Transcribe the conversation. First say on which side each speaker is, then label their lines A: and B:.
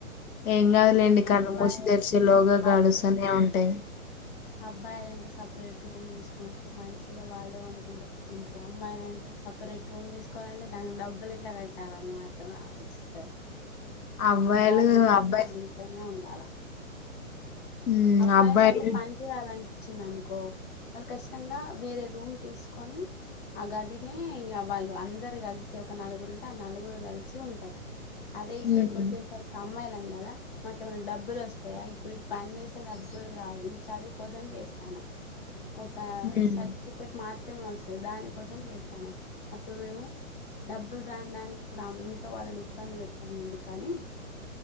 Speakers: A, on the left; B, on the left.
A: ఏం కాదులేండి
B: ఉమ్,
A: కళ్ళు
B: అబ్బాయి
A: మూసి తెరిచేలోగా గడుస్తనే
B: అబ్
A: ఉ టయ్
B: అబ్బాయిలంటే సపరేట్ రూమ్ తీసుకుంటరు మంచిగా వాళ్ళే వండుకుంటారు తింటారు అమ్మాయిలంటే సప్ సపరేట్ రూమ్ తీసుకోవాలంటే దానికి డబ్బులెట్లా కట్టాలని మాత్రమే ఆలోచిస్తారు
A: అబ్బాయిలు
B: వాళ్ళింట్ల
A: అబ్బాయి
B: వీళ్ళింట్లనే ఉండాల
A: ఉమ్
B: అబ్బాయిలంటే
A: అబ్బాయిలు
B: పన్ జయ్యాలని అనిప్పించిందనుకో వాళ్ళు ఖచ్చితంగా వేరే రూమ్ తీసుకొని అ గదినే ఇగ వాళ్ళు అందరు కలిసి ఒక నలుగురు ఉంటే ఆ నలుగురు కలిసి ఉంటరు అదే ఇక్కడికొచ్చేసరికి
A: ఉమ్
B: అమ్మాయిలం గదా మాకేమైనా డబ్బులు వస్తాయా ఇప్పుడు పని చేస్ డబ్బులు రావు ఇది చదువుకోసం చేస్తానం ఒక
A: ఉమ్
B: సర్టిఫిక్ మాత్రమే వస్తది దాని కోసం చేత్తన అప్పుడు మేము డబ్బులు రానిదానికి ఇప్పుడు ఆమ ఇంట్లో వాళ్ళని ఇబ్బంది పెట్టడం ఎందుకని